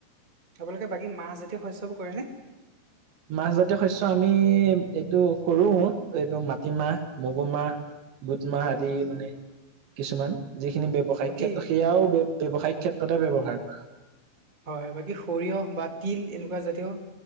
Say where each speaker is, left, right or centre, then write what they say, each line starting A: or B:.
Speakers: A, on the right (about 40°); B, on the right (about 80°).
A: আপোনালোকে বাকী মাহজাতীয় শস্যবোৰ কৰেনে?
B: মাহজাতীয় শস্য আমি এইটো কৰো এইটো মাটিমাহ, মগুমাহ, বুটমাহ
A: হয়
B: আদি
A: হয়
B: মানে কিছুমান, যিখিনি ব্যৱসায়িক
A: বাকী
B: ক্ষেত্ৰত সেয়াও ব্যৱসায়িক ক্ষেত্ৰতে ব্যৱহাৰ কৰা।
A: হয় বাকী সৰিয়হ বা তিল এনেকুৱা জাতীয়